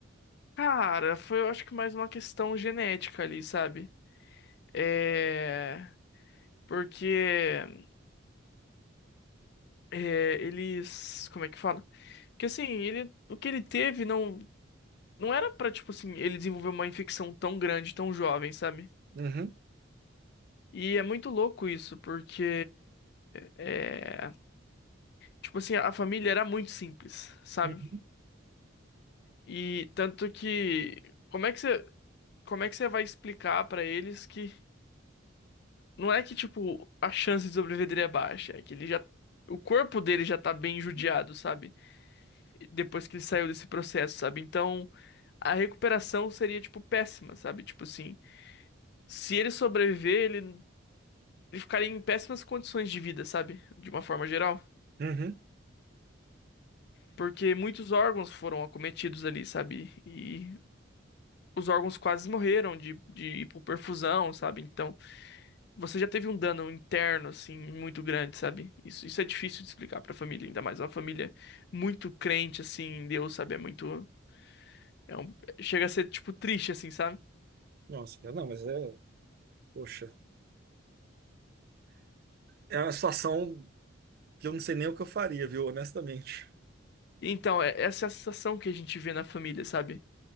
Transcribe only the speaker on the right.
Uhum,
uhum,
uhum.
Nossa, cara, não, mas é. Poxa. É uma situação que eu não sei nem o que eu faria, viu? Honestamente.